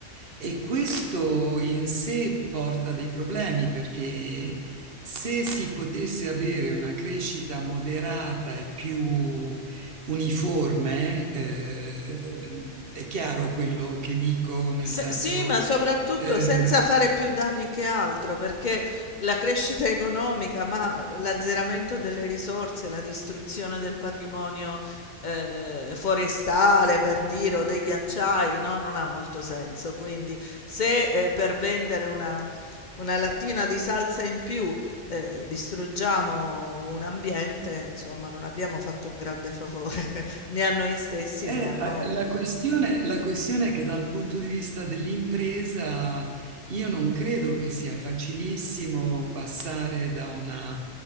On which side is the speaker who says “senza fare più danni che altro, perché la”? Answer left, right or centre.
Left